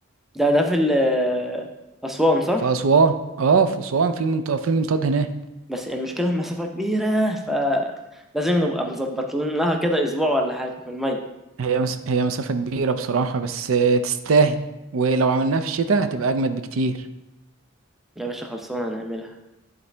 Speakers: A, in the centre; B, on the right.
A: ده ده في ال- آه، أسوان صح
B: في اسوان اه في اسوان في منطاد في منطاد هناك
A: بس المشكلة المسافة كبيرة فلازم نبقى مظبط لها كده اسبوع ولا حاجة من المية
B: هي مس... هي مسافة كبيرة بصراحة بس آه، تستاهل ولو عملناها في الشتاء هتبقى أجمد بكتير
A: يا باشا خلصانة نعملها